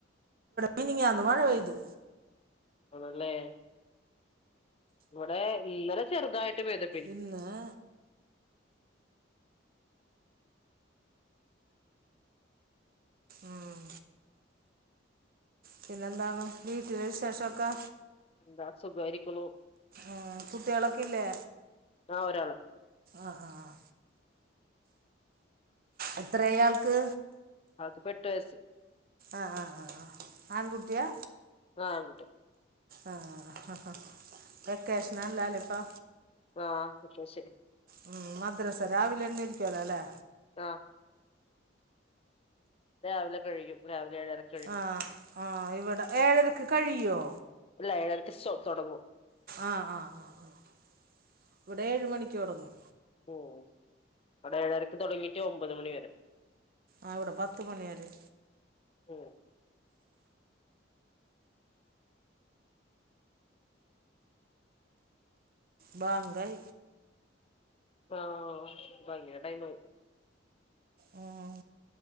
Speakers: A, on the right (about 50°); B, on the left (about 30°).
A: മിനിഞാന്ന് മഴ പെയ്തു
B: ആണല്ലേ ഇവിടെ ഇന്നലെ ചെറുതായിട്ട് പെയ്ത്
A: ഇന്നാ ഉം പിന്നെന്താണ് വീട്ടില് വിശേഷ ഒക്കെ
B: എന്താ ആഹ് സുഖയിരിക്കുന്നു
A: ആഹ് കുട്ടികളൊക്കെ ഇല്ലേ
B: ആ ഒരാള്
A: ആഹ് ആഹ് എത്രയാൾക്ക്
B: ആൾക്ക്പ്പോ എട്ട് വയസ്സ്
A: ആഹ് ആഹ് ആഹ് ആൺകുട്ടിയാ
B: ആഹ് ആൺകുട്ടി
A: ആഹ് ആഹ് ഹ് വേക്കെഷണല്ലാലിപ്പോ
B: ആഹ് വെക്കേഷൻ
A: ഉം മദ്രസ രാവിലെന്നെ അയിരിക്കുവാലോ അല്ലെ
B: ആഹ് രാവിലെ കഴിയും രാവിലെ ഏഴരക്
A: ആഹ് ആഹ് ഇവിടെ ഏഴരക്ക് കഴിയോ
B: അല്ല ഏഴരക്ക് സൊ തുടങ്ങും
A: ആഹ് ആഹ് ആഹ് ആഹ് ഇവിടെ ഏഴ് മണിക്ക് തുടങ്ങും
B: ഓഹ് ഇവിടെ ഏഴരക്ക് തുടങ്ങിട്ട് ഒമ്പത് മണി വരെ
A: ആഹ് ഇവിടെ പത്ത് മണിവരെ
B: ഉം
A: ബാങ്കൈ
B: ആ ബാങ്കിന് ടൈമായി
A: ഉം.